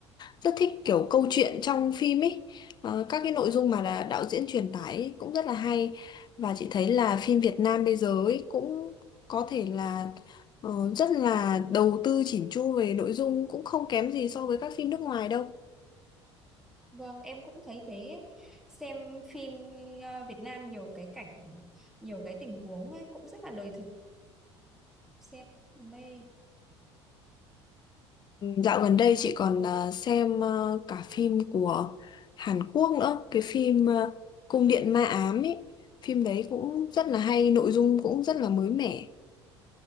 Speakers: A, on the left (about 30°); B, in the centre.
A: rất thích kiểu câu chuyện trong phim ấy. Ờ, các cái nội dung mà là đạo diễn truyền tải ấy cũng rất là hay và chị thấy là phim Việt Nam bây giờ ấy cũng có thể là ờ, rất là đầu tư chỉn chu về nội dung cũng không kém gì so với các phim nước ngoài đâu.
B: Vâng, em cũng thấy thế ấy. Xem phim ờ, Việt Nam nhiều cái cảnh, nhiều cái tình huống ấy, cũng rất là đời thực. Xem mê.
A: Dạo gần đây chị còn à, xem à, cả phim của Hàn Quốc nữa, cái phim à, Cung điện ma ám ấy, phim đấy cũng rất là hay, nội dung cũng rất là mới mẻ.